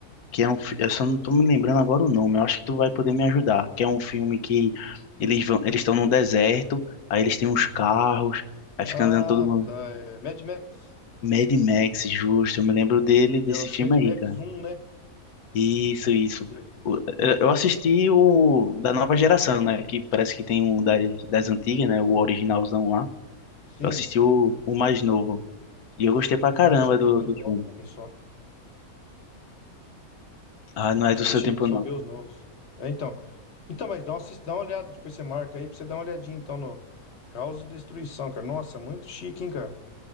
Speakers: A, on the left; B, on the left.
A: que é um, fi- eu só não tô me lembrando agora o nome, eu acho que tu vai poder me ajudar, que é um filme que eles vão, eles estão num deserto, aí eles têm uns carros, aí
B: Ah,
A: fica andando todo mundo
B: tá, é Mad Max.
A: Mad Max, justo, eu me lembro dele, desse
B: Eu acho
A: filme
B: que Mad Max
A: aí, cara.
B: um né?
A: Isso, isso.
B: Ele-
A: O-
B: ele-
A: Eu eu assisti o da nova geração, né, que parece que tem um das, das antigas, né, o originalzão lá.
B: Sim.
A: Eu assisti o, o mais novo, e eu gostei pra caramba
B: Ah, eu cheguei
A: do,
B: a ver
A: do
B: os novos
A: filme.
B: também só.
A: Ah,
B: Eu
A: não é
B: também
A: do seu
B: cheguei
A: tempo,
B: só
A: não.
B: a ver os novos. É, então. Então, mas dá uma, assis- dá uma olhada, depois você marca aí pra você dar uma olhadinha, então, no Caos e Destruição, cara. Nossa, muito chique, hein, cara?